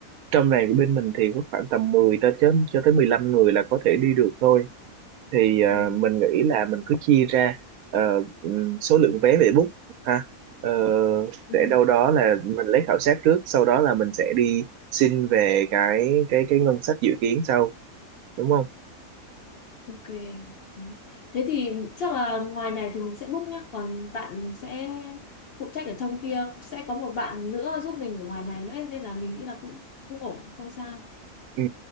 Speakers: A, on the right (about 85°); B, on the left (about 60°).
A: trong này của bên mình thì có khoảng tầm 10 tới chớm cho tới 15 người là có thể đi được thôi thì à,
B: Ừ,
A: mình nghĩ là mình cứ chia ra ờ, ừm, số lượng vé để book ha Ờ,
B: ừ,
A: sẽ đâu đó là mình lấy khảo sát trước sau đó là mình sẽ đi xin về cái cái cái ngân sách dự kiến sau đúng không Ừ.
B: ok. Thế Thế thì chắc là ngoài này thì mình sẽ book nhá, còn bạn sẽ phụ trách ở trong kia, sẽ có một bạn nữa giúp mình ở ngoài này nữa nên là mình nghĩ là cũng cũng ổn, không sao.
A: Ừ,